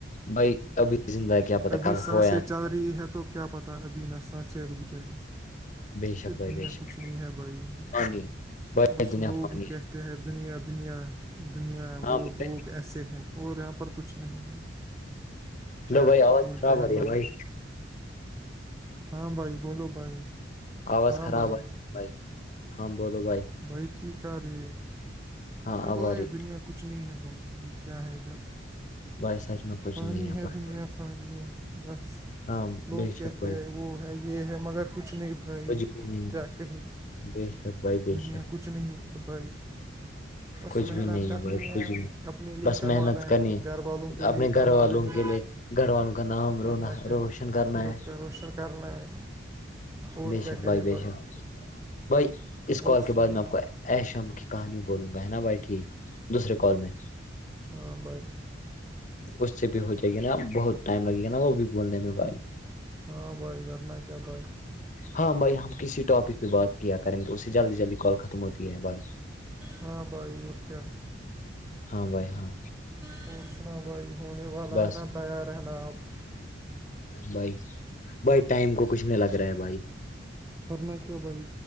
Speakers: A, on the left; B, on the right.
A: بھائی ابھی زندہ ہے کیا پتا
B: ابھی
A: کل
B: سانس
A: ہو یا نہ
B: چل رہی ہے تو کیا پتا ابھی نا سانس رک جائے
A: بے شک
B: یہ
A: بھائی
B: دنیا
A: بے شک
B: کچھ نہیں ہے بھائی یہ
A: فانی ہے بھائی
B: بس
A: دنیا
B: لوگ
A: فانی
B: کہتے ہیں دنیا دنیا دنیا
A: ہے ہاں
B: وہ
A: بھائی،
B: لوگ کیسے ہے اور یہاں پر کچھ نہیں ہے کیا
A: ہلو بھائی آواز
B: بھولتے
A: خراب
B: ہیں
A: آ رہی
B: لوگ
A: ہے بھائی
B: ہاں بھائی بولو بھائی
A: آواز
B: ہاں
A: خراب
B: بھائی
A: آ رہی بھائی ہاں بولو بھائی
B: بھائی ٹھیک ہے یہ
A: ہاں
B: نہیں
A: اب
B: بولا
A: آ
B: یہ
A: رہی ہے
B: دنیا کچھ نہیں ہے بھائی یہ کیا ہے ادھر
A: بھائی سچ میں کچھ
B: فانی
A: نہیں
B: ہے
A: بھائی
B: دنیا فانی ہے بس
A: ہاں
B: لوگ
A: بے شک
B: کہتے
A: بھائی
B: ہے وہ ہے یہ ہے مگر کچھ نہیں بھائی
A: کچھ بھی نہیں ہے
B: کیا کہے
A: بے شک بھائی بے
B: دنیا
A: شک
B: کچھ نہیں بھائی بس
A: کچھ
B: محنت
A: بھی نہیں
B: کرنی
A: بھائی
B: ہے
A: کچھ بھی
B: اپنے لیے
A: بس
B: کمانا
A: محنت
B: ہے اپنے
A: کرنی
B: گھر والوں کے
A: اپنے
B: لیے کمانا
A: گھر والوں
B: ہے
A: کے لیے گھر والوں کا نام رونا
B: ورنہ کیا
A: روشن کرنا
B: رک
A: ہے
B: روشن کرنا ہے اور
A: بے
B: کیا
A: شک
B: کرے
A: بھائی بے شک بھائی اس کال
B: اور
A: کے
B: سناؤ
A: بعد میں آپ کو ایشم کی کہانی بولوں گا ہے نا بھائی ٹھیک دوسرے کال میں
B: ہاں بھائی
A: اس سے بھی ہو جائے گی نا بہت ٹائم لگے گا نا وہ بھی بولنے میں بھائی
B: ہاں بھائی ورنہ کیا بھائی
A: ہاں بھائی ہم کسی ٹاپک پہ بات کیا کریں گے اس سے جلدی جلدی کال ختم ہوتی ہے بھائی
B: ہاں بھائی اور کیا
A: ہاں بھائی ہاں
B: تو سنا بھائی ہونے والا
A: بس
B: ہے تیار رہنا آپ
A: بھائی بھائی ٹائم کو کچھ نہیں لگ رہا ہے بھائی
B: ورنہ کیا بھائی